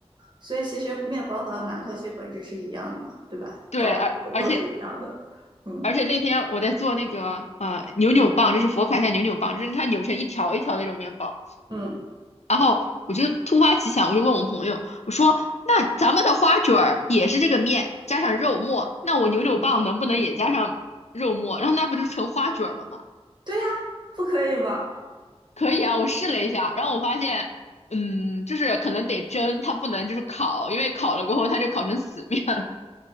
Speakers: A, on the right; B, on the left.
A: 所以其实面包和馒头其实本质是一样的嘛，对吧？
B: 对，
A: 高度都是一样的，
B: 而而且
A: 嗯
B: 而且那天我在做那个呃扭扭棒，就是佛卡夏扭扭棒，就是它扭成一条一条那种面包。
A: 嗯，
B: 然后我就突发奇想，我就问我朋友，我说：“那咱们的花卷儿也是这个面加上肉末，那我扭扭棒能不能也加上肉末？然后那不就成花卷儿了吗？”
A: 对呀，不可以吗？
B: 可以啊，我试了一下，然后我发现，嗯，就是可能得蒸，它不能就是烤，因为烤了过后它就烤成死面了。